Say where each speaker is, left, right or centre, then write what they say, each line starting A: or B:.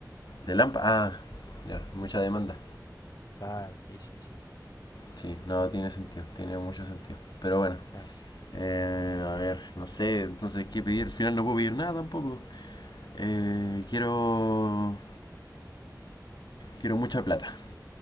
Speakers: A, on the left (about 80°); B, on the left (about 55°).
A: De lámpara ah, ya, mucha demanda.
B: Claro, sí, sí, sí.
A: Sí, no, tiene sentido, tiene mucho sentido. Pero bueno,
B: Claro.
A: eh, a ver, no sé, entonces, ¿qué pedir? Al final no puedo pedir nada tampoco. Eh, quiero, quiero mucha plata.